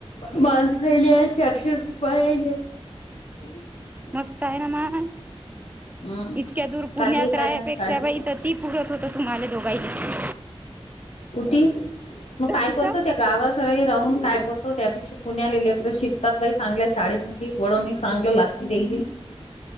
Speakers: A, on the left; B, on the right.
A: तुम्हाला <unintelligible> चारशे रुपये पायेले. <unintelligible>
B: मस्त आहे ना मग,
A: हम्म
B: इतक्या दूर पुण्यात
A: कांदे
B: राहा
A: पाण्यावर
B: पेक्षा
A: काढली
B: बाई ईथ ती पुरत होतं तुम्हाला दोघांइले.
A: कुटी? मग
B: तर
A: काय
B: तिचा
A: करतो त्यो गावाकडे राहून काय करतो त्यापेक्षा पुण्याला लेकर शिकतात बाई चांगल्या शाळेमध्ये वळणही चांगलं लागतं. देईले. <unintelligible>